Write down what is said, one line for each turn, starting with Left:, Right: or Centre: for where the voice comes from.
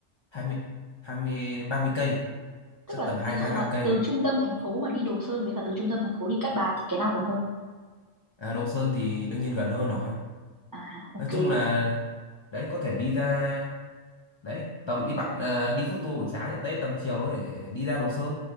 Left: hai mươi hai mươi đến ba mươi cây
Right: Tức
Left: chắc
Right: là
Left: tầm 2
Right: ví dụ mà
Left: lăm cây
Right: từ trung tâm thành phố mà đi Đồ Sơn với cả từ trung tâm thành phố đi Cát Bà thì cái nào gần hơn?
Left: À, Đồ Sơn thì đương nhiên gần hơn rồi.
Right: À, ok.
Left: Nói chung là đấy có thể đi ra đấy tầm đi bạn ờ, đi food tour buổi sáng nhất đấy tầm chiều có thể đi ra Đồ Sơn